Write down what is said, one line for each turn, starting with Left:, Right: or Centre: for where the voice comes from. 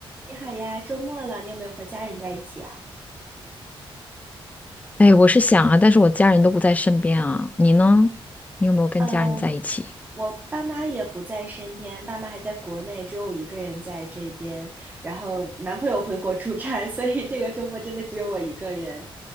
Right: 你好呀，周末了，你有没有和家人在一起啊？
Left: 哎，我是想啊，但是我家人都不在身边啊。你呢？你有没有跟家人在一起？
Right: 呃，我爸妈也不在身边，爸妈还在国内，只有我一个人在这边。然后男朋友回国出差，所以这个周末真的只有我一个人。